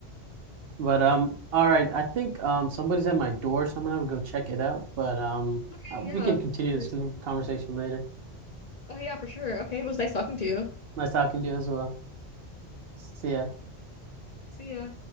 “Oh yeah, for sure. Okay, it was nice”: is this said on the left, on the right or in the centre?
Left